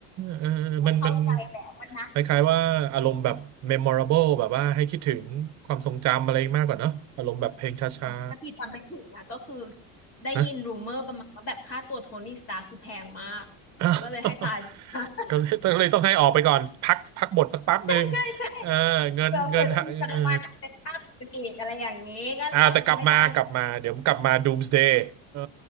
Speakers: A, on the right; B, on the left.
A: เออมันมัน
B: ก็เข้าใจแหละมันนะ
A: คล้ายๆว่าอารมณ์แบบ memorable แบบว่าให้คิดถึงความทรงจำอะไรมากกว่าเนอะอารมณ์แบบเพลงช้า
B: เออถ้าพี่จำไม่ผิดนะก็คือ
A: ๆนะ
B: ได้ยินรูเมอร์ประมาณว่าแบบค่าตัวโทนี่สตาร์คคือแพงมาก
A: <laughs>
B: ก็เลยให้ตายเลยนะ <laughs>
A: ก็เลยก็เลยต้องให้ออกไปก่อนพักพักบทสักแป๊บหนึ่ง
B: ใช่ใช่ใช่
A: เออเงินเงินฮะเออ
B: เผื่อเผื่อจะมีจักรวาลเป็นภาคอื่นอีกอะไรอย่างนี้ก็ก็คือไม่จ้าง
A: อ่าแต่กลับมากลับมาเดี๋ยวกลับมา Doomsday เออ